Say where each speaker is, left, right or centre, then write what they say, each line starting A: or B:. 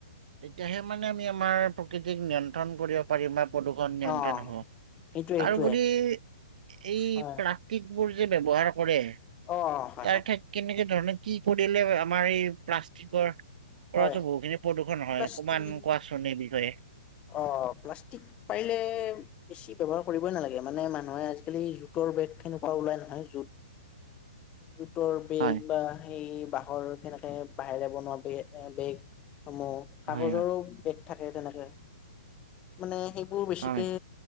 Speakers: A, on the right (about 60°); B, on the left (about 25°).
A: তেতিয়াহে মানে আমি আমাৰ প্ৰকৃতিক নিয়ন্ত্ৰণ কৰি পৰিম প্ৰদূষণ নিয়ন্ত্ৰণ
B: অ
A: হব,
B: সেইটোৱে
A: তাৰ
B: সেইটোৱে
A: উপৰি এই
B: হয়
A: বুৰ যে ব্যৱহাৰ কৰে
B: অ হয়
A: তাৰ
B: হয়
A: ক্ষে কেনেকে ধৰণে কি কৰিলে আমাৰ এই প্লাষ্টিকৰ পৰাতো
B: হয়
A: বহুখিনি প্ৰদূষণ হয়,
B: প্লাষ্টিক
A: অকমান কোৱাচোন এই বিষয়ে।
B: অ', প্লাষ্টিক পাৰিলে বেছি ব্যৱহাৰ কৰিবই নালাগে মানে মানুহে আজিকালি জোতৰ বেগ তেনেকুৱা ওলাই নহয় জুত
A: <inaudible>
B: জোতৰ বেগ
A: হয়
B: বা সেই বাঁহৰ কেনেকে বাঁহেৰে বনোৱা বে বেগসমূহ
A: হয়
B: কাগজৰো
A: হয়
B: বেগ থাকে তেনেকে মানে সেইবোৰ বেছিকে
A: হয়